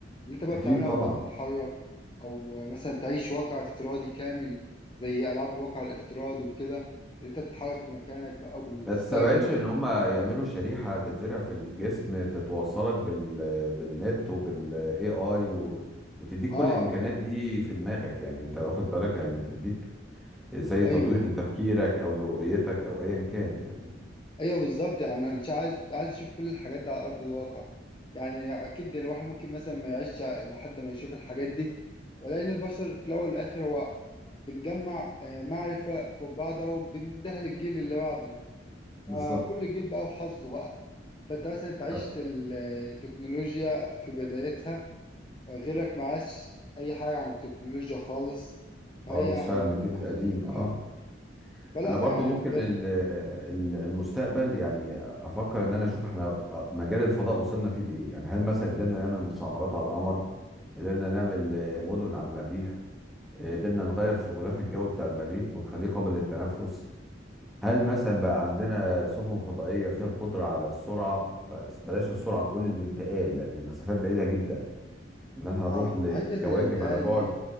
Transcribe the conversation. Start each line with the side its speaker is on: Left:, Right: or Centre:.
Left: اللي انت بقى
Centre: اكيد
Left: بتعملها
Centre: طبعا
Left: وانت بتتحرك او مثلا تعيش واقع افتراضي كامل زي العاب الواقع الافتراضي وكده اللي انت تتحرك في مكانك بقى وتستقبل
Centre: ما تستبعدش ان هم يعملوا شريحه تتزرع في الجسم تتوصلك بال بالنت وبالاي اي و... وتديك كل
Left: اه
Centre: الامكانيات دي في دماغك يعني انت واخد بالك يعني تديك زي تطوير
Left: ايوه
Centre: لتفكيرك او لرؤيتك او ايا كان يعني
Left: ايوه بالظبط يعني انا مش عايز عايز اشوف كل الحاجات دي على ارض الواقع يعني اكيد الواحد ممكن مثلا ما يعيش لحد ما يشوف الحاجات دي ولكن البشر في الاول والاخر هو بنجمع آه، معرفة فوق بعضها وبندهل الجيل اللي بعدنا فكل
Centre: بالظبط
Left: جيل بقى وحظه بقى فانت مثلا انت عشت
Centre: ف-
Left: ال- آه، التكنولوجيا في بدايتها آه، غيرك معاش اي حاجة عن التكنولوجيا خالص فهي
Centre: خالص
Left: يعني
Centre: فعلا من
Left: بتبقى
Centre: الجيل القديم
Left: حظوظ وكده
Centre: اه
Left: فلا
Centre: انا برضو
Left: يعني
Centre: ممكن
Left: أنا بجد
Centre: ال- ال- المستقبل يعني افكر ان انا اشوف احنا مجال الفضاء وصلنا فيه لايه يعني هل مثلا قدرنا نعمل مستعمرات على القمر قدرنا نعمل آه، مدن على المريخ آه، قدرنا نغير في الغلاف الجوي بتاع المريخ ونخليه قابل للتنفس هل مثلا بقى عندنا سفن فضائية فيها القدرة على السرعة بس بلاش السرعة نقول الانتقال لان المسافات بعيدة جدا ان احنا نروح
Left: اه
Centre: ل-
Left: في حتة
Centre: لكواكب
Left: الانتقال
Centre: على بعد
Left: دي